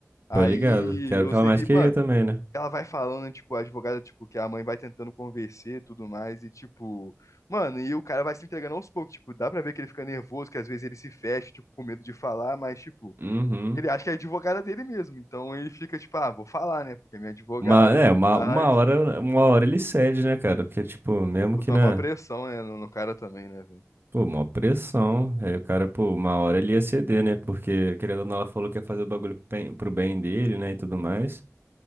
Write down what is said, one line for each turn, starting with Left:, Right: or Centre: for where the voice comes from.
Left: Aí
Right: Tô ligado. Que era
Left: eu
Right: o que ela
Left: sei
Right: mais
Left: que,
Right: queria
Left: mano,
Right: também, né?
Left: ela vai falando, tipo, a advogada, tipo, que a mãe vai tentando convencer e tudo mais, e, tipo, mano, e o cara vai se entregando aos poucos, tipo, dá pra ver que ele fica nervoso, que às vezes ele se fecha, tipo, com medo de falar, mas, tipo,
Right: Uhum.
Left: ele acha que é advogada dele mesmo. Então ele fica tipo, ah, vou falar, né? Porque é minha advogada.
Right: Uma, é, uma,
Left: Mas
Right: uma hora, uma hora ele cede, né, cara? Porque, tipo, mesmo
Left: botou
Right: que, né?
Left: uma pressão, né, no, no cara também, né, velho?
Right: Pô, uma pressão. Aí o cara, pô, uma hora ele ia ceder, né? Porque, querendo ou não, ela falou que ia fazer o bagulho pro bem, pro bem dele, né? E tudo mais.